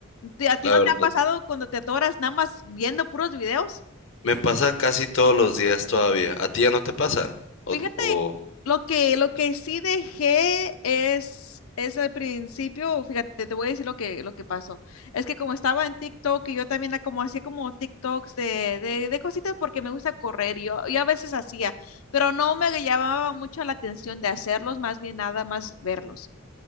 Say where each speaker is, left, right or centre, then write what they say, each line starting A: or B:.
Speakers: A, on the left; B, on the left.
A: ¿Te- ¿A ti
B: la
A: no
B: verdad.
A: te ha pasado cuando te atoras nada más viendo puros videos?
B: Me pasa casi todos los días todavía. ¿A ti ya no te pasa? O,
A: Fíjate,
B: o...
A: lo que, lo que sí dejé es, es al principio, fíjate, te voy a decir lo que, lo que pasó. Es que como estaba en TikTok y yo también la- como hacía como TikToks de, de, de cositas porque me gusta correr, y yo, yo a veces hacía, pero no me llamaba mucho la atención de hacerlos, más bien nada más verlos.